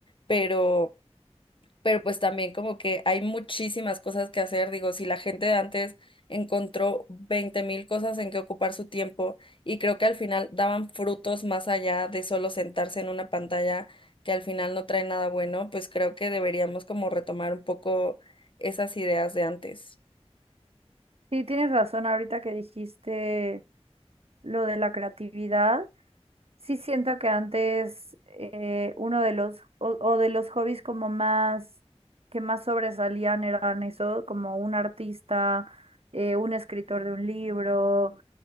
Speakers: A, on the left; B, on the right.
A: pero pero pues también como que hay muchísimas cosas que hacer. Digo, si la gente de antes encontró veinte mil cosas en que ocupar su tiempo y creo que al final daban frutos más allá de solo sentarse en una pantalla que al final no trae nada bueno, pues creo que deberíamos como retomar un poco esas ideas de antes.
B: Sí, tienes razón ahorita que dijiste lo de la creatividad. Sí siento que antes eh, uno de los o, o de los hobbies como más que más sobresalían eran eso, como un artista, eh, un escritor de un libro,